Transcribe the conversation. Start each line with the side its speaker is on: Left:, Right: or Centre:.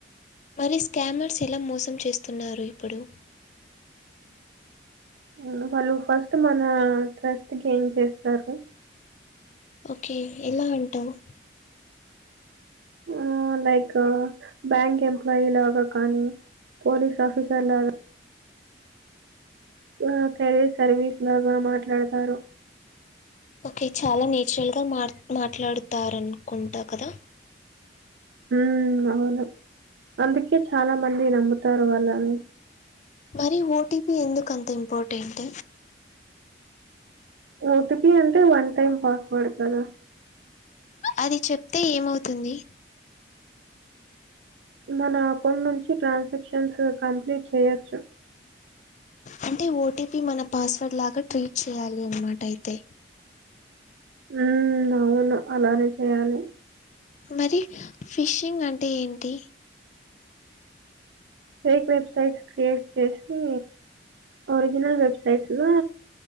Left: మరి స్కామర్స్ ఎలా మోసం చేస్తున్నారు ఇప్పుడు
Right: అవును వాళ్ళు ఫస్ట్ మన ట్రస్ట్ గెయిన్ చేస్తారు
Left: ఓకే ఎలా అంటావు
Right: ఆ లైక్ బ్యాంక్ ఎంప్లాయి లాగా కానీ పోలీస్ ఆఫీసర్ లాగా ఆ కెరీర్ సర్వీస్ లాగా మాట్లాడతారు
Left: ఓకే చాలా నేచురల్ గా మాట్లాడుతారు అనుకుంటా కదా
Right: హు అవును అందుకే చాలా మంది నమ్ముతారు వాళ్ళని
Left: మరి ఓటీపి ఎందుకు అంత ఇంపార్టెంట్
Right: ఓటిపీ అంటే వన్ టైమ్ పాస్వర్డడ్ కదా
Left: అది చెప్తే ఏమవుతుంది
Right: మన అకౌంట్ నుంచి ట్రాన్సాక్షన్స్ కంప్లీట్ చేయొచ్చు
Left: అంటే ఓటీపీ మన పాస్వర్డ్ లాగా ట్రీట్ చేయాలి అన్నమాట అయితే
Right: ఉ అవును అలానే చేయాలి
Left: మరి ఫిషింగ్ అంటే ఏంటి
Right: ఫేక్ వెబ్సైట్ క్రియేట్ చేసి ఒరిజినల్ వెబ్సైట్స్ లా